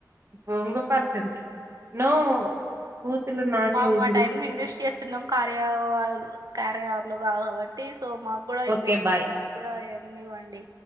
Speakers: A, on the right (about 40°); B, on the right (about 60°).
A: బొంగు పర్సెంట్ నో బూతులు నాట్
B: మా
A: యూజ్డ్
B: మా టైమ్ ని ఇన్వెస్ట్ చేస్తున్నాం కార్య వాళ్ళ కార్య అప్ లొ కా కాబట్టి సో మాకు కూడా ఇన్వెస్ట్
A: ఓకే బాయ్
B: మాకు కూడా ఎర్న్ ఇవ్వండి